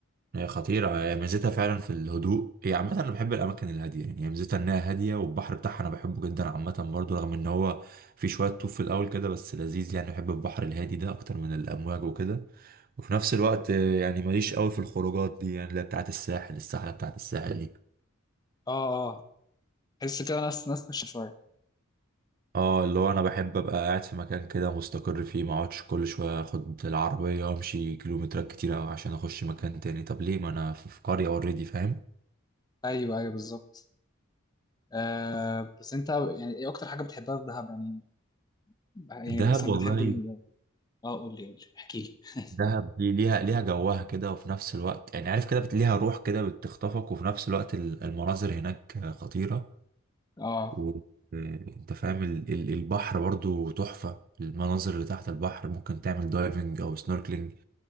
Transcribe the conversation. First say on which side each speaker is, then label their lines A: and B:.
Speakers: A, on the right; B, on the left.
A: هي خطيرة هي ميزتها فعلا في الهدوء هي عامة أنا بحب الأماكن الهادية يعني هي ميزتها إنها هادية والبحر بتاعها أنا بحبه جدا عامة برضو رغم إن هو في شوية طوف في الأول كده بس لذيذ يعني بحب البحر الهادي ده أكتر من الأمواج وكده وفي نفس الوقت آه، يعني ماليش قوي في الخروجات دي يعني اللي هي بتاعت الساحل الساحلة بتاعت الساحل دي
B: اه اه تحس كده ناس ناس خش شوية
A: اه اللي هو انا بحب ابقى قاعد في مكان كده مستقر فيه ما اقعدش كل شويه اخد العربيه وامشي كيلومترات كتيره عشان اخش مكان تاني طب ليه ما انا في في قريه اوريدي فاهم
B: ايوه ايوه بالظبط آه بس انت يعني ايه اكتر حاجة بتحبها في دهب يعني يعني
A: دهب
B: مثلا
A: والله
B: بتحب ال اه قول لي قول لي احكي لي
A: دهب دي ليها ليها جوها كده وفي نفس الوقت يعني عارف كده بت- ليها روح كده بتخطفك وفي نفس الوقت ال- المناظر هناك خطيرة
B: اه
A: وانت فاهم ال- ال- البحر برضو تحفة المناظر اللي تحت البحر ممكن تعمل دايفنج او سنوركلينج